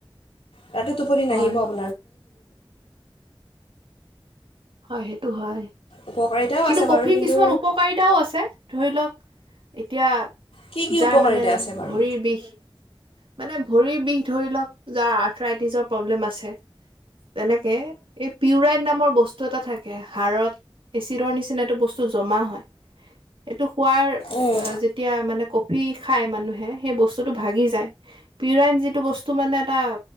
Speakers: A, on the left; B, on the right.
A: তাতে টোপনি
B: হয়,
A: নাহিব ব
B: হয় সেইটো হয়
A: উপকাৰিতাও
B: কিন্তু
A: আছে
B: কফিৰ
A: বাৰু কিন্তু
B: কিছুমান উপকাৰিতাও আছে ধৰি লওক এতিয়া
A: কি কি
B: যাৰ
A: উপকাৰিতা
B: মানে
A: আছে বাৰু
B: ভৰিৰ বিষ মানে ভৰি বিষ ধৰি লওক যাৰ ট্ৰাইটিজৰ প্ৰব্লেম আছ্ তেনেকে এই পিউৰাইন নামৰ বস্তু বস্তু এটা থাকে। হাড়ত এচিডৰ নিচিনা এইটো বস্তু জমা হয়। এইটো খোৱাৰ
A: উম,
B: যেতিয়া মানে কফি খায় মানুহে সেই বস্তুটো ভাগি যায় পিউৰাইন যিটো বস্তু মানে এটা